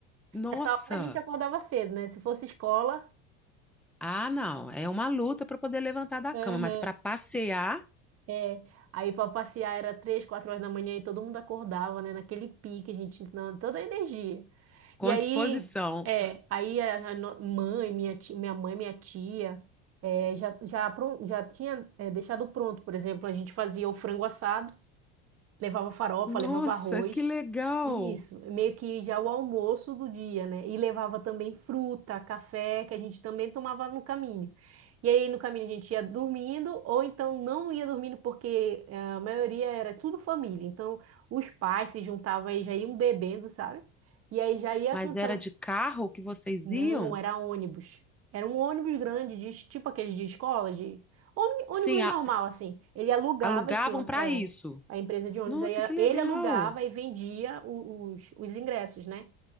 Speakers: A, in the centre; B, on the right.
A: Nossa.
B: Nessa hora a gente acordava cedo, né? Se fosse escola.
A: Ah, não. É uma luta para poder levantar da
B: Aham.
A: cama, mas para passear
B: É, aí para passear era três, quatro horas da manhã e todo mundo acordava, né? Naquele pique, a gente não, toda a energia.
A: com
B: E aí,
A: disposição.
B: é, aí a, a no- mãe, minha ti- minha mãe, minha tia, é, já já, apron- já tinha é, deixado pronto, por exemplo, a gente fazia o frango assado. Levava farofa,
A: Nossa,
B: levava arroz.
A: que legal.
B: Isso, meio que já o almoço do dia, né? E levava também fruta, café, que a gente também tomava no caminho. E aí no caminho a gente ia dormindo, ou então não ia dormindo, porque eh, a maioria era tudo família. Então os pais se juntavam e já iam bebendo, sabe? E aí já ia
A: Mas
B: cantando,
A: era de carro que vocês
B: não,
A: iam?
B: era ônibus. Era um ônibus grande, de, tipo aqueles de escola, de ôni- ônibus
A: Sim, a-
B: normal, assim. Ele alugava
A: alugavam
B: esse, ô-
A: para
B: é,
A: isso.
B: a empresa de ônibus,
A: Nossa,
B: aí a-
A: que legal!
B: ele alugava e vendia o- os, os ingressos, né?